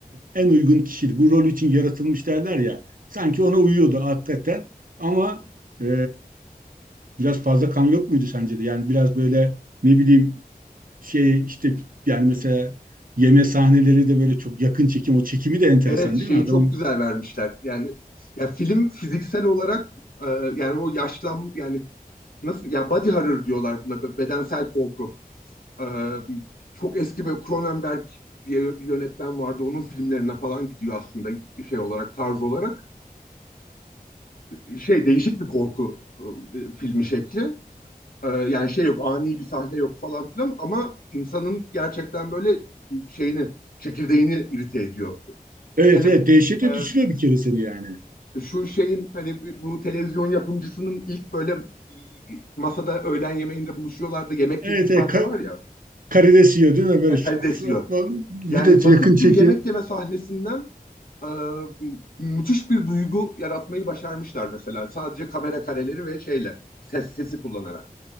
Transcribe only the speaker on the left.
Evet şeyi
çok güzel vermişler. Yani ya film fiziksel olarak e, yani o yaşlan yani nasıl ya body horror diyorlar buna be- bedensel korku. E, çok eski böyle Cronenberg diye bir yönetmen vardı. Onun filmlerine falan gidiyor aslında şey olarak tarz olarak. E, şey değişik bir korku e, filmi şekli. E, yani şey yok ani bir sahne yok falan filan ama insanın gerçekten böyle şeyini çekirdeğini irite ediyor.
Hele
bu
e,
şu şeyin hani bu bu televizyon yapımcısının ilk böyle e, masada öğlen yemeğinde buluşuyorlardı. Yemek
yediği sahne
var ya.
e, Karides
yiyor.
Yani
basit
bir yemek yeme sahnesinden e, müthiş bir duygu yaratmayı başarmışlar mesela. Sadece kamera kareleri ve şeyle ses sesi kullanarak.